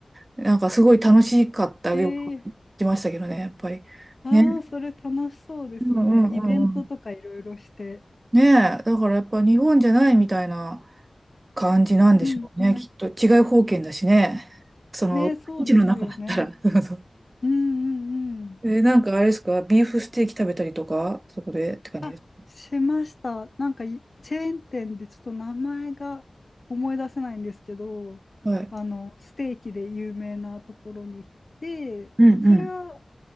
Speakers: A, on the right; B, on the left.
A: なんかすごい楽しかったよく言ってましたけどね、
B: ん。えー、
A: やっぱり。
B: ああ、
A: ね。
B: それ楽しそうですね。
A: うんうんうん
B: イベントとかいろいろして。
A: ねえ、だからやっぱ日本じゃないみたいな感じなんでしょうね。
B: うんうん。
A: きっと違い方圏だしね。その、
B: ね、そうですよね。
A: 基地の中だったら。<laughs> そうそう
B: うんうんうん。
A: え、なんかあれですか、ビーフステーキ食べたりとか、そこでって感じです。
B: あ、しました。なんかい、チェーン店でちょっと名前が思い出せないんですけど、
A: はい。
B: あの、ステーキで有名なところに行って、
A: うんうん。
B: それは